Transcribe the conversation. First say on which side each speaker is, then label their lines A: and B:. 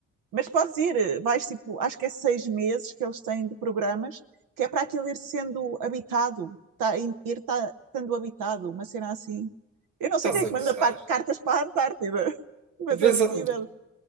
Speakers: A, on the right; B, on the right.
A: Mas podes ir, vais tipo, acho que é seis meses que eles têm de programas, que é para aquilo ir sendo habitado, tá, ir tá, estando habitado, uma cena assim. Eu não
B: Estás
A: sei quem é
B: a
A: que manda
B: gozar.
A: pa- cartas para a Antártida, <laughs> mas
B: Mas,
A: é possível.
B: ah,